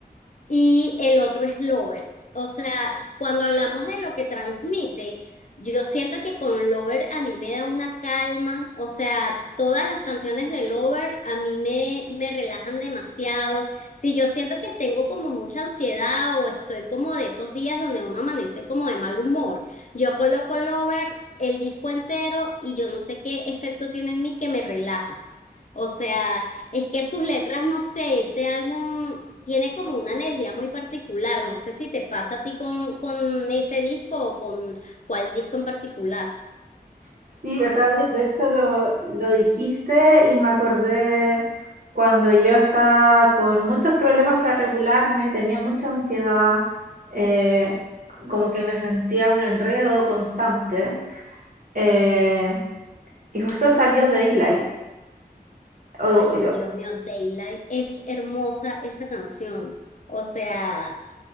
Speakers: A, on the left; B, on the right.
A: y el otro es Lover. O sea, cuando hablamos de lo que transmite, yo siento que con Lover a mí me da una calma, o sea, todas las canciones de Lover a mí me, me relajan demasiado. Si yo siento que tengo como mucha ansiedad o estoy como de esos días donde uno amanece como de mal humor, yo coloco Lover, el disco entero y yo no sé qué efecto tiene en mí que me relaja. O sea, es que sus letras, no sé, ese álbum tiene como una energía muy particular. No sé si te pasa a ti con, con ese disco o con cuál disco en particular.
B: Sí, o sea, de, de hecho lo, lo dijiste y me acordé cuando yo estaba con muchos problemas para regularme, tenía mucha ansiedad, eh, como que me sentía un enredo constante. eh, y justo salió Daylight. Oh,
A: Ay,
B: yo.
A: Dios mío, Daylight es hermosa esa canción. O sea,